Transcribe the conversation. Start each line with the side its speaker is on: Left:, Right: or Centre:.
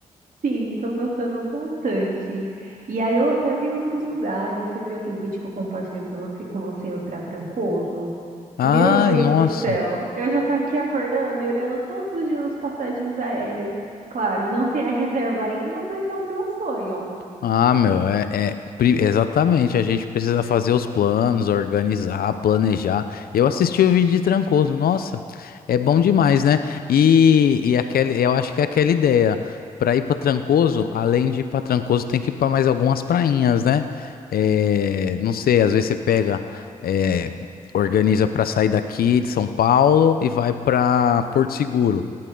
Right: Sim, tô gostando bastante. E aí eu até vi outros lugares. Você viu aquele vídeo que eu compartilhei para você, com você para Trancoso?
Left: Ai,
Right: Meu Deus
Left: nossa.
Right: do céu, eu já tô aqui acordando e olhando todos os dias as passagens aéreas. Claro, não tem a reserva ainda, mas é o meu sonho.
Left: Ah, meu, é, é pri- exatamente. A gente precisa fazer os planos, organizar, planejar. Eu assisti o vídeo de Trancoso, nossa, é bom demais, né? E, e aquele, eu acho que é aquela ideia. Pra ir pra Trancoso, além de ir pra Trancoso, tem que ir pra mais algumas prainhas, né? É, não sei, às vezes você pega, é, organiza pra sair daqui de São Paulo e vai pra Porto Seguro.